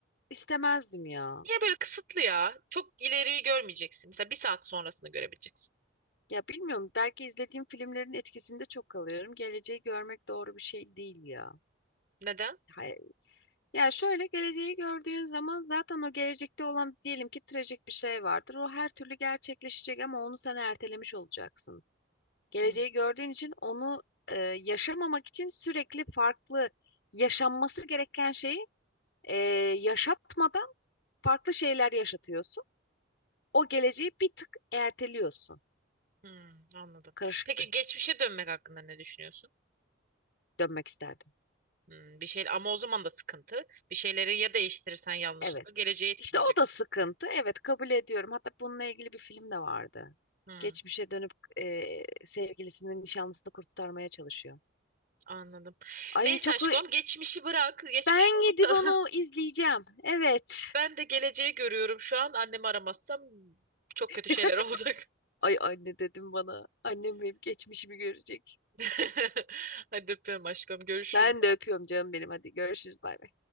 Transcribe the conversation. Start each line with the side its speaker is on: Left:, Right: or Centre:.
Left: istemezdim ya.
Right: Niye böyle kısıtlı ya? Çok ileriyi görmeyeceksin. Mesela bir saat sonrasını görebileceksin.
Left: Ya bilmiyorum belki izlediğim filmlerin etkisinde çok kalıyorum. Geleceği görmek doğru bir şey değil ya.
Right: Neden?
Left: Hayır. Ya şöyle geleceği gördüğün zaman zaten o gelecekte olan diyelim ki trajik bir şey vardır. O her türlü gerçekleşecek ama onu sen ertelemiş olacaksın. Geleceği
Right: Hmm,
Left: gördüğün için onu e, yaşamamak için sürekli farklı yaşanması gereken şeyi e, yaşatmadan farklı şeyler yaşatıyorsun. O geleceği bir tık erteliyorsun.
Right: hmm, anladım.
Left: Karışıktı.
Right: Peki geçmişe dönmek hakkında ne düşünüyorsun?
Left: Dönmek isterdim.
Right: Hmm, bir şey ama o zaman da sıkıntı. Bir şeyleri ya değiştirirsen yanlışlıkla
Left: Evet.
Right: geleceği etkileyecek.
Left: İşte o da sıkıntı.
Right: bu.
Left: Evet kabul ediyorum. Hatta bununla ilgili bir film de vardı.
Right: Hmm,
Left: Geçmişe dönüp e, sevgilisinin nişanlısını kurtarmaya çalışıyor.
Right: anladım.
Left: Ay
Right: Neyse
Left: çok
Right: aşkım geçmişi bırak. Geçmişi
Left: ben
Right: unutalım.
Left: gidip onu izleyeceğim.
Right: <laughs>
Left: Evet.
Right: Ben de geleceği görüyorum şu an. Annemi aramazsam çok kötü şeyler
Left: <laughs>
Right: olacak.
Left: Ay anne dedim bana. Annem benim geçmişimi görecek.
Right: <laughs> Hadi öpüyorum aşkım. Görüşürüz.
Left: Ben de öpüyorum canım benim. Hadi görüşürüz bay bay.